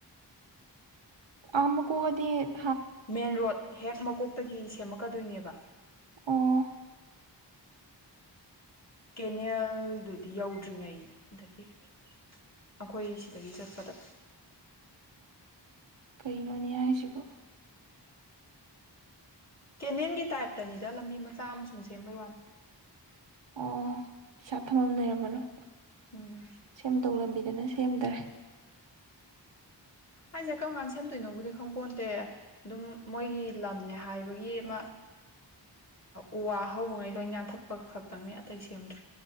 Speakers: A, on the right (about 80°); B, on the left (about 35°).
A: ꯑꯥ ꯃꯥꯀꯣꯛ ꯍꯥꯏ꯫
B: ꯃꯦꯟ ꯔꯣꯗ ꯍꯦꯛ ꯃ꯫ ꯀꯣꯛꯇꯒꯤ ꯁꯦꯝꯃꯛꯀꯗꯣꯏꯅꯦꯕ꯫
A: ꯑꯣ꯫
B: ꯀꯦꯅꯦꯜꯗꯨꯗꯤ ꯌꯧꯗ꯭ꯔꯤꯉꯩꯗ ꯑꯩꯈꯣꯏ ꯁꯤꯗꯒꯤ ꯆꯠꯄꯗ꯫
A: ꯀꯩꯅꯣꯅꯦ ꯍꯥꯏꯁꯕꯨ꯫
B: ꯫ ꯀꯦꯅꯦꯜꯒꯤ ꯇꯥꯏꯞꯇꯅꯤꯗ ꯂꯝꯕꯤ ꯃꯆꯥ ꯑꯃꯁꯨꯡ ꯁꯦꯝꯕꯩ ꯋꯥꯅꯤ꯫
A: ꯑꯣ ꯄꯩꯁꯥ ꯊꯝꯕꯝ ꯂꯩꯔꯝꯃꯔꯣꯏ꯫
B: ꯎꯝ
A: ꯁꯝꯗꯧ ꯂꯝꯕꯤ꯫ ꯐꯖꯅ ꯁꯦꯝꯗ꯭ꯔꯦ꯫
B: ꯍꯥꯏꯁꯦ ꯀꯔꯝ ꯀꯥꯟꯗ ꯁꯦꯝꯗꯣꯏꯅꯣꯕꯨꯗꯤ ꯈꯣꯡꯄꯣꯟꯇꯦ ꯑꯗꯨꯝ ꯃꯣꯏꯒꯤ ꯂꯝꯅꯦ ꯍꯥꯏꯕꯒꯤ ꯑꯃ ꯎ ꯋꯥ ꯍꯧꯕꯉꯩ ꯂꯣꯏ ꯌꯥꯟꯊꯠꯄ ꯈꯛꯇꯪꯅꯤ ꯑꯇꯩ ꯁꯦꯝꯗ꯭ꯔꯤ꯫